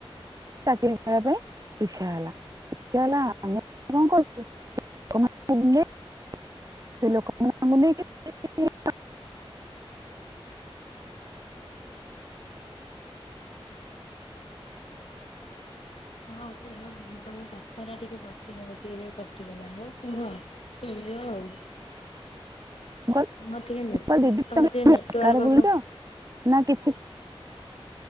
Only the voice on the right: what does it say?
ଚାକିରି କରିବା ପାଇଁ ଇଛା ହେଲା ଇଛା ହେଲା ଆମେ କଣ କରଛୁ ସେ ଲୋକମାନଙ୍କୁ ନେଇକି ଲୋକମାନଙ୍କୁ ନେଇକି
ମୁଁ
କହିଲି ଦିଦି
ତମେ ବୁଲଛ
ନା କିଛି